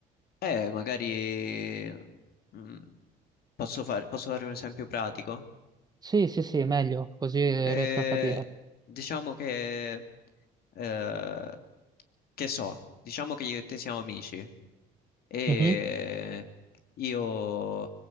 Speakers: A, on the left; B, on the right.
A: Eh, magari mm, posso fare, posso fare un esempio pratico.
B: Sì, sì, sì, meglio, così riesco
A: Eh,
B: a capire.
A: diciamo che, eh, che so, diciamo che io e te siamo amici e
B: Mhm,
A: io